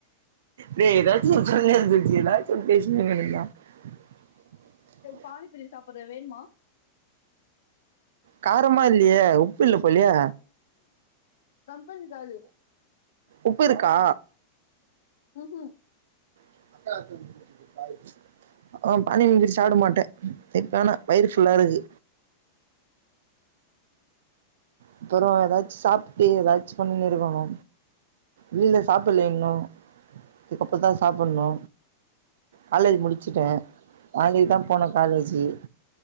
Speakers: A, on the right; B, on the left.
A: தே எதாச்ச சொல்லேந்த்ச்சு எதாச்சு பேசி <unintelligible>
B: பானிப்புரி சாப்பற வேண்மா
A: காரமா இல்லியே உப்பு இல்ல போலியே
B: கம்ப்பெனி தாலி
A: உப்பு இருக்கா
B: உஹு
A: <unintelligible> ஆ பானி இங்கிரி சாப்ட மாட்ட திப்பானா வயிரு ஃபுல்லாருக்கு அப்புற ஏதாச்சு சாப்ட்டு ஏதாச்சு பண்ணினிருக்கணு வெளில சாப் ப்பில்ல இன்னு இதுக்கப்பதா சாப்பிண்ணு காலேஜ் முடிச்சுட்டே நாளைக்தா போனு காலேஜுகி